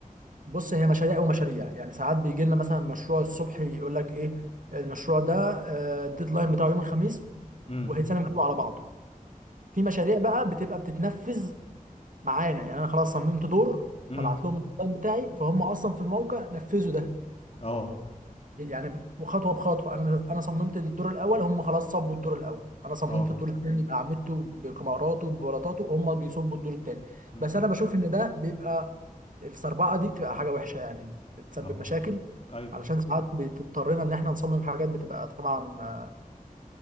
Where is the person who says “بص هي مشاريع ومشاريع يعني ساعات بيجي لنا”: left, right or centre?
Right